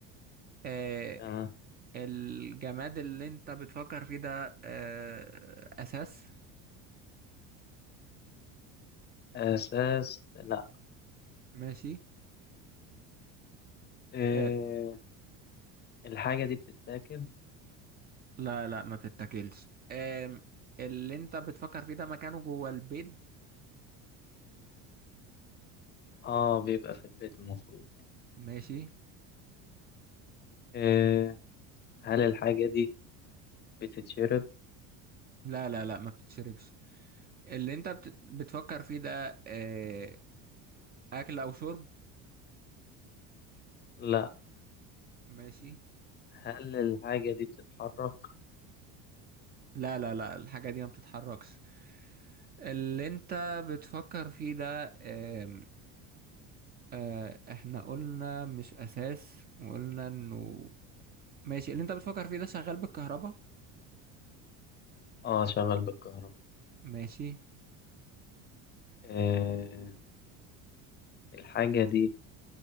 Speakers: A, on the right; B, on the left.
A: آه
B: تمام
A: الجماد اللي انت بتفكر فيه ده آه اساس
B: اساس لا
A: ماشي
B: آه،
A: آه
B: الحاجة دي بتتاكل
A: لا لا ما بتتاكلش آه اللي انت بتفكر فيه ده مكانه جوه البيت
B: اه بيبقى في البيت المفروض
A: ماشي
B: آه، هل الحاجة دي بتتشرب
A: لا لا لا ما بتتشربش اللي انت بت- بتفكر فيه ده آه اكل او شرب
B: لا
A: ماشي
B: هل الحاجة دي بتتحرك؟
A: لا لا لا الحاجة دي ما بتتحركش اللي انت بتفكر فيه ده آم، آه، احنا قلنا مش اساس وقلنا انه ماشي اللي انت بتفكر فيه ده شغال بالكهرباء
B: اه شغال بالكهرباء
A: ماشي
B: آه الحاجة دي